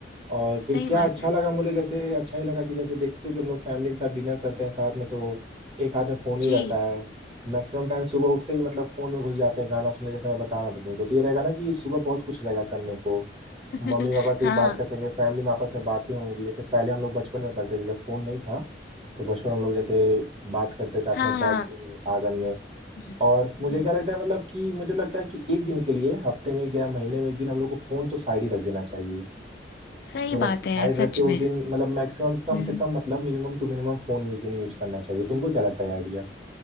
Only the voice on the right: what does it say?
और फिर
क्या
अच्छा
लगा मुझे जैसे अच्छा ही लगा कि जैसे देखते हो कि हम लोग फैमिली के साथ डिनर करते हैं साथ में तो एक हाथ में फोन ही
रहता है मैक्सिमम टाइम सुबह उठते ही मतलब फोन में घुस जाते हैं गाना सुनने जैसे मैं बता रहा था तुमको तो ये रहेगा ना कि सुबह बहुत कुछ रहेगा करने को
मम्मी पापा से
भी बात कर सकेंगे फैमिली में आपस में बातें होंगी जैसे पहले हम लोग बचपन में करते थे जब फोन नहीं था तो बचपन में हम लोग जैसे बात करते थे आपस
में बैठ
के आंगन में
और मुझे
क्या लगता है मतलब कि मुझे लगता है कि एक दिन के लिए हफ्ते में एक दिन या महीने में एक दिन हम लोग को फोन तो साइड ही रख देना चाहिए
मतलब
साइड
रख
के उस
दिन मतलब मैक्सिमम कम
से कम मतलब मिनिमम टू मिनिमम फोन उस दिन यूज करना चाहिए तुमको क्या लगता है आइडिया